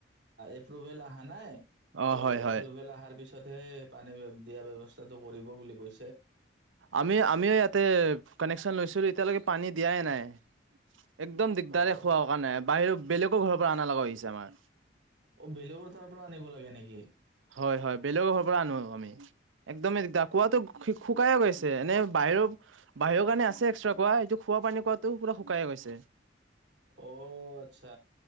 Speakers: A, on the right; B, on the right.
A: এপ্ৰুভেল আহা নাই।
B: অ হয় হয়
A: এপ্ৰুভেল আহাৰ পিছত তাতে পানী দিয়া ব্যৱস্থাটো কৰিব বুলি কৈছ
B: আমি আমি ইয়াতে কানেকশ্যন লৈছিলো এতিয়ালৈকে পানী দিয়াই নাই। একদম দিগদাৰে
A: অ'
B: খোৱা কাৰণে, বাহিৰ বেলেগ আকৌ ঘৰৰ পৰা আনা লগা হৈছে মাছ
A: অ বেলেগৰ তাৰ পৰা আনিব লাগে নেকি?
B: হয় হয় বেলেগৰ ঘৰৰ পৰা আনো আমি একদমে দিগদাৰ কোৱাটো শুকাই গৈছে এনে বাহিৰ বাহিৰৰ কাৰণে আছে এক্সট্ৰা কোৱা এইটো খোৱা পানী কোৱাটো পুৰা শুকাই গৈছে।
A: অ আচ্ছা